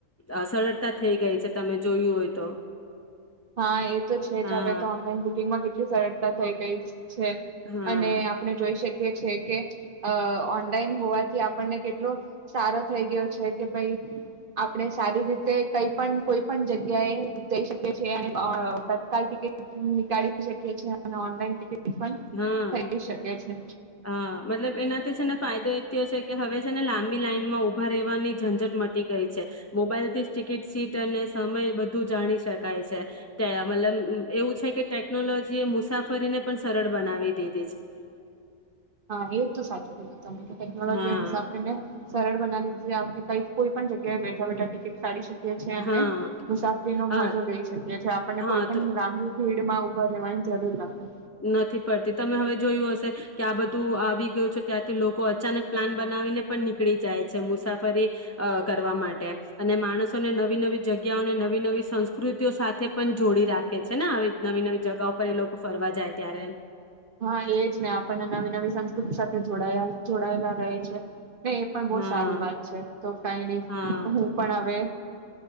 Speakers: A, on the left (about 25°); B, on the right (about 45°).
A: અહ સરળતા થઈ ગઈ છે તમે જોયું હોય તો.
B: હા એ તો છે
A: હા
B: જ હવે તો ઓનલાઈન બુકિંગમાં કેટલી સરળ તા થઈ ગઈ. છે
A: હા
B: અને આપણે જોઈ શકીએ કે ઓનલાઈન હોવાથી આપણને કેટલો સારો થઈ ગયો છે કે ભાઈ આપણે સારી રીતે કઈ પણ કોઈ પણ જગ્યા એ જઈ શકીએ છે તત્કાલ ટિકિટ નીકળી શકી છે અને ઓનલાઈન ટિકિટ પણ
A: હા
B: થઈ શકે છે
A: હા મતલબ એનાથી છે ને ફાયદો એ થયોશે કે હવે છે ને લાંબી લાઈનમાં ઉભા રહેવાની ઝંઝટ મટી ગઈ છે મોબાઈલ થી જ ટિકિટ સીટ અને સમય બધું જાણી શકાય છે મતલબ એવું છે કે ટેકનોલોજી એ મુસાફરીને પણ સરળ બનાવી દીધ
B: હા એવું તો સાચું કીધું તમે ટેકનોલોજી
A: હા
B: એ મુસાફ ને સરળ બનાવી છે આપણે કઈક કોઈ પણ જગ્યાએ બેઠા બેઠા ટિકિટ કાઢી શકીએ અને
A: હા
B: મુસાફરીનો
A: હા
B: મજો લઈ શકીએી આપને
A: હા
B: કોઈ પણ
A: તો
B: લાબી ભીડ માં બવા જરૂર નથી.
A: નથી પડતી તમે હવે જોયું હશે કે આ બધું આવી ગયું છો ત્યાંથી લોકો અચાનક પ્લાન બનાવીને પણ નીકળી જાય છે મુસાફરી અ કરવા માટે અને માણસોને નવી નવી જગ્યાઓને નવી નવી સંસ્કૃતિઓ સાથે પણ જોડી રાખે. છે ને આવી નવી નવી જગાઓ. એ લોકો ફરવા. જાય ત્યારે
B: હા એજ ને આપણને નવી નવી સંસ્કૃતિ સાથે જોડ જોડાયે રહે છે. એ પણ બહુ
A: હા
B: સારી વાત છે તો કઈ નહી
A: હા
B: હું પણ હવે